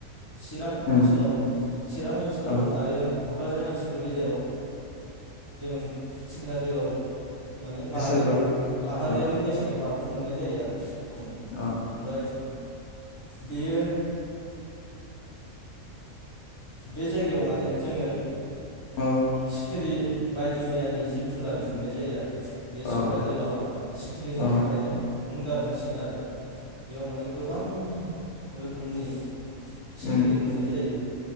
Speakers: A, on the left (about 30°); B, on the left (about 85°).
A: चिरां
B: उम
A: ओनसोलाव चिरां ओनसोल
B: औ
A: आरो क'क्राझार ओ जोंनि गेजेराव जों सिखना जोहोलाव माने
B: नेसनेल
A: माहारि
B: पार्क
A: माहारियारि
B: औ
A: नेसनेल पार्कखौ मोननाय जायो आरो।
B: अ।
A: ओमफ्राय बेयो। बे जायगायाव माने जोङो
B: औ
A: सिखिरि बायदि मैयानि जिब जुनाद मोननाय जायो आरो। बे सिखना
B: औ
A: जोहावा सिखिरिनि
B: औ
A: थाखायनो मुंदांखा सिन आरो। बेयाव माने गोबां। <unintelligible> रोखोमनि सिखिरि
B: उम
A: मोननाय जायो।